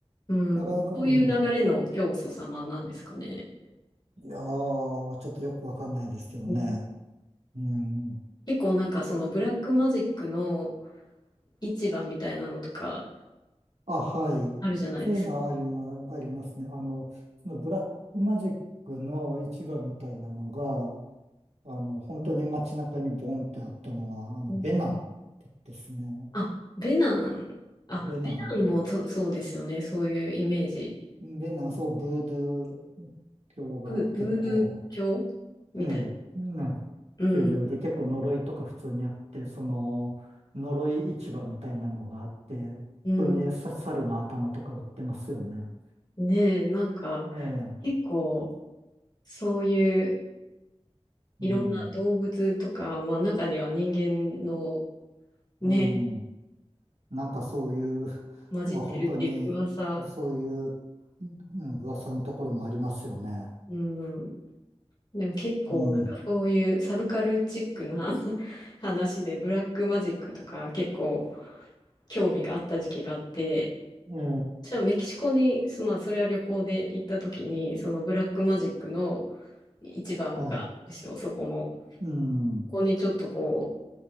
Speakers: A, on the left; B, on the right.
A: うん、
B: なかなか、
A: そういう流れの教祖様なんですかね。
B: うん。いやー、ちょっとよくわかんないですけどね。
A: うん
B: うん。
A: 結構なんかそのブラックマジックの市場みたいなのとか
B: あ、はい。
A: あるじゃないですか。
B: そういうのはありま、ありますね。あの、そのブラックマジックの市場みたいなのが、あの、本当に街中にボンってあったのは、あの、
A: うん
B: ベナンってですね。
A: あ、ベナン。あ、
B: ベナン。
A: ベナンもそ、そうですよね。そういうイメージ。
B: ベナン、そう、ブードゥー教が結構、
A: ブ、ブードゥー教みたい。
B: ええ、うん主流で結構呪いとか普通にあって、
A: うん。
B: その、呪い市場みたいなのがあって、
A: うん。
B: 普通にさ猿の頭とか売ってますよね。
A: ねえ、なんか
B: ええ。
A: 結構そういういろんな動物とか、
B: うん。
A: まあ中には人間のね、
B: うん、なんかそういう、<laughs>
A: 混じってるっていう噂。
B: まあ本当にそういう、うん、噂のところもありますよね。
A: うん。でも結構なんかそういうサブカルチックな
B: うん。
A: <laughs> 話でブラックマジックとか結構興味があった時期があって、
B: ええ、
A: 私はメキシコに、そまあそれは旅行で行った時に、そのブラックマジックの市場があるんですよ、
B: はい。
A: そこも。
B: うん。
A: ここにちょっとこう